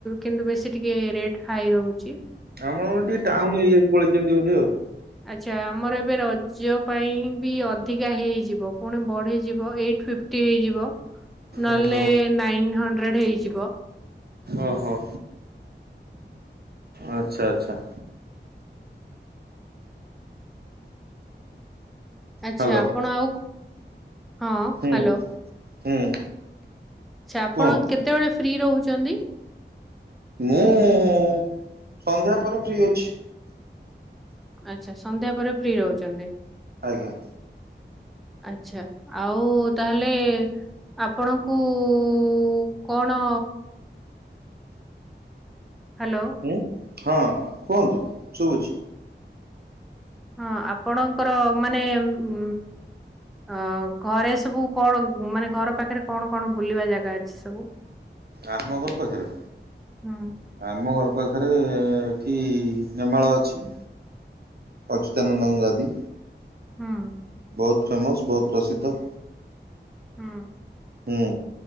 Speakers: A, in the centre; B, on the right.
A: କିନ୍ତୁ ବେଶୀ ଟିକେ ରେଟ୍ ହାଏ ରହୁଚି।
B: ଆପଣଙ୍କର ଟିକେ ଟାଉନ ଏରିଆକୁ ପଳେଇଚନ୍ତି ବୋଧେ ଆଉ।
A: ଆଚ୍ଛା ଆମର ଏବେ ରଜ ପାଇଁ ବି ଅ ଧିକା ହେଇଯିବ ପୁଣି ବଢ଼ୀଯିବ ଏଇଟ ଫିଫ୍ଟି ହେଇଯିବ। ନ
B: ଓହୋ
A: ହେଲେ ନାଇନ ହଣ୍ଡ୍ରେଡ୍ ହେଇଯିବ।
B: ଓ ହଁ।
A: ହୁଁ
B: ଆଚ୍ଛା ଆଚ୍ଛା।
A: ଆଚ୍ଛା
B: ହ୍ୟାଲୋ
A: ଆପଣ ଆଉ ହଁ
B: ହୁଁ
A: ହ୍ୟାଲୋ
B: ହୁଁ।
A: ଆଚ୍ଛା ଆପଣ
B: କୁହନ୍ତୁ।
A: କେତେବେଳେ ଫ୍ରି ରହୁଛନ୍ତି?
B: ମୁଁ ଉଁ ସନ୍ଧ୍ୟା ପରେ ଫ୍ରି ଅଛି।
A: ଆଛା ସନ୍ଧ୍ୟା ପରେ ଫ୍ରି ରହୁଛନ୍ତି।
B: ଆଜ୍ଞା।
A: ଆଛା ଆଉଁ ତା ହେଲେ ଏ ଆପଣଙ୍କୁ ଉଁ କଣ ହ୍ୟାଲୋ।
B: ଉଁ ହଁ କୁହନ୍ତୁ ଶୁଭୁଛି।
A: ହଁ ଆପଣଙ୍କର ମାନେ ଉଁ ଅଁ ଘରେ ସବୁ କଣ ମାନେ ଘର ପାଖରେ କଣ କଣ ବୁଲିବା ଜାଗା ଅଛି ସବୁ?
B: ଆମଘର ପାଖରେ।
A: ହୁଁ
B: ଆମ ଘର ପାଖରେ ଏଁ ଏଠି ନେମାଳ ଅଛି। ଅଚ୍ୟୁତାନନ୍ଦଙ୍କ ଗାଦୀ।
A: ଉଁ।
B: ବହୁତ ଫେମସ୍ ବହୁତ ପ୍ରସିଦ୍ଧ।
A: ଉଁ।
B: ଉଁ